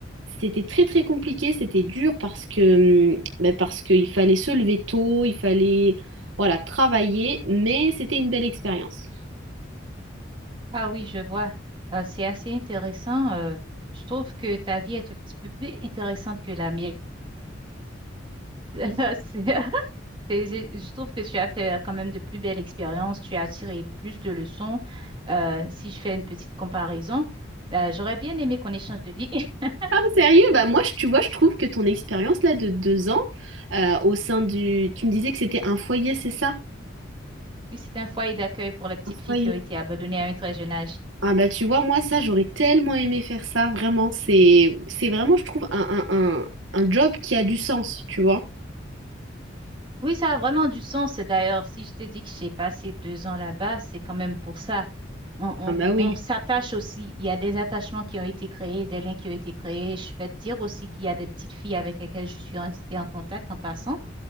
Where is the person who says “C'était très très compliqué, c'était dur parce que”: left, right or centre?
Right